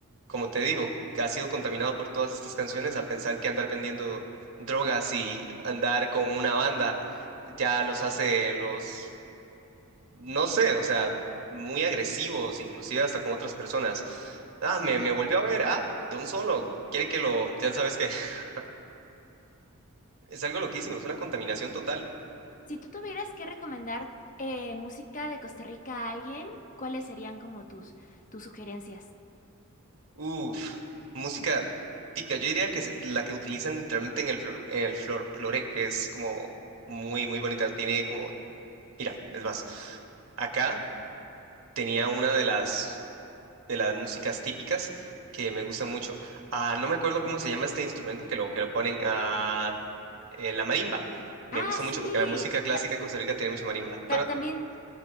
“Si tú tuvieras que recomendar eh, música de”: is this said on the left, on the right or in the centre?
Left